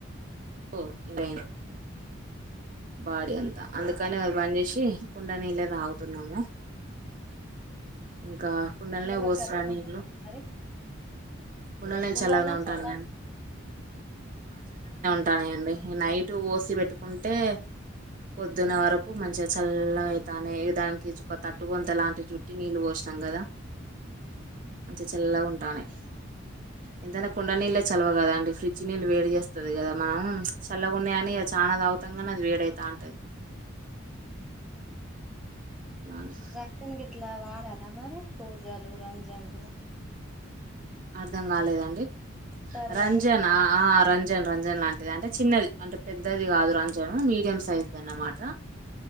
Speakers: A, on the right; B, in the centre.
A: ఓ ఇన్ రైన్ బాడీ అంతా అందుకనే అవి బంజేసి కుండ నీల్లే తాగుతున్నము ఇంకా కుండల్నే
B: ఇందులో
A: పోసిన
B: చల్లగా
A: నీళ్ళు
B: ఉంటుందా మరి
A: కుండల్నీళ్ళు
B: కుండల్లో
A: చల్లగనే ఉంటానయ
B: చల్ల
A: అండి ఉంటానయండి నైట్ పోసి పెట్టుకుంటే పొద్దున్న వరకు మంచిగ చల్లగైతానయ్ దానికి చుక్క తట్టు కబొంత లాంటి చుట్టి నీళ్ళు పోస్ నం గదా మంచిగ చల్లగుంటానయ్ ఎంతైనా కుండ నీళ్ళే చలవ గదా అండి ఫ్రిడ్జ్ నీళ్ళు వేడి చేస్తది గదా మనం చల్లగున్నయని ఇగ చానా తాగుతంగని అది వేడైతాంటది అని
B: రంజన్ గిట్ల వాడరా మరి కూజలు రంజన్ లు
A: అర్ధం గాలేదండి
B: ఉంటారు
A: రంజన్
B: కదా
A: ఆ రంజన్ రంజన్ లాంటిది అంటే చిన్నది అంటే పెద్దది కాదు రంజను మీడియం సైజ్దన్నమాట